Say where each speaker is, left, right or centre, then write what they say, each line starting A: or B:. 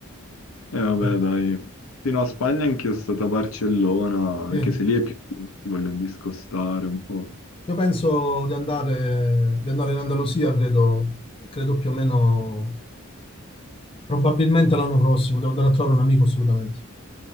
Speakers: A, on the left (about 75°); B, on the left (about 25°).
A: E vabbè,
B: Sì,
A: dai. Sì, no, Spagna anch'io sono stato a Barcellona,
B: sì.
A: anche se lì è più... si vogliono discostare un po'.
B: Io penso di andare, di andare in Andalusia, credo, credo più o meno, probabilmente l'anno prossimo. Devo andare a trovare un amico assolutamente.